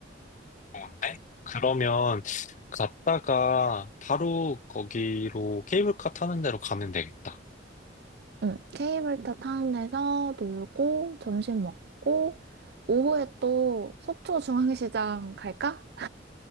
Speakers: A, on the left (about 40°); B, on the right (about 60°).
A: 좋은데? 그러면 갔다가 바로 거기로 케이블카 타는 데로 가면 되겠다.
B: 응, 케이블카 타는 데서 놀고 점심 먹고 오후에 또 속초 중앙시장 갈까?